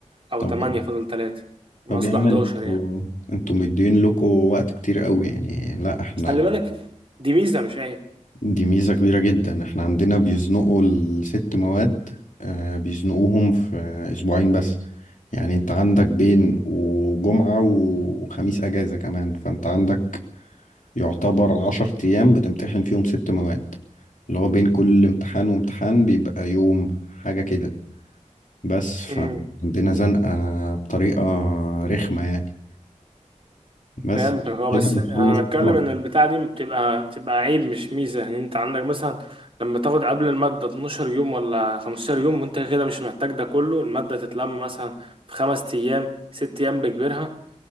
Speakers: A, on the right (about 45°); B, on the left (about 80°).
A: او
B: طب
A: 8
B: يعني
A: فاضل 3 من
B: طب
A: اصل
B: يا عم
A: 11
B: انتوا
A: يعني
B: انتوا مدين لكم وقت كتير قوي يعني لا احنا
A: خلي بالك دي ميزة مش
B: دي ميزة كبيرة جدا احنا عندنا بيزنقوا الست مواد آه، بيزنقوهم في اسبوعين بس يعني انت عندك بين وجمعة و- وخميس اجازة كمان فانت عندك يعتبر عشر ايام بتمتحن فيهم ست مواد اللي هو بين كل امتحان وامتحان بيبقى يوم حاجة كده بس فعندنا
A: عيب
B: زنقة بطريقة رخمة يعني بس
A: فهمتك اه
B: كده
A: بس
B: بنخلص
A: انا
B: بسرعة
A: بتكلم ان البتاعه دي بتبقى بتبقى عيب مش ميزه يعني انت عندك مثلا لما تاخد قبل الماده 12 يوم ولا 15 يوم وانت كده مش محتاج ده كله الماده تتلم مثلا في خمس ايام ست ايام بكبرها